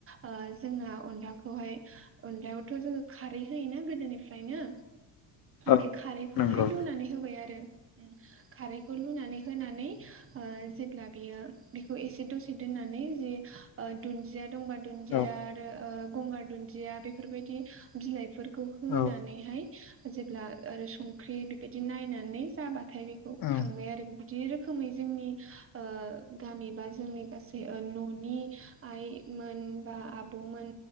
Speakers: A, on the right; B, on the left.
A: अ जोंहा अनला खौहाय अनलायावथ' जोङो खारै होयोना गोदोनिफ्रायनो
B: औ
A: बे खारैखौहाय
B: नंगौ
A: लुनानै होबाय आरो खारैखौ लुनानै होनानै ओ जेब्ला बेयो बेखौ एसे दसे दोननानै जे अ <unintelligible> दंबा दुन्दिया
B: औ
A: आरो ओ गंगार दुदिया बेफोरबायदि बिलाइफोर खौ होनानैहाय
B: औ
A: जेब्ला ओरै संख्रि बेबायदि नायनानै जाबा थाय बेखौ
B: औ
A: खांबाय आरो बिदि रोखोमै जोंनि ओ गामि बा जोंनि गासै न'नि आइमोन बा आब'मोन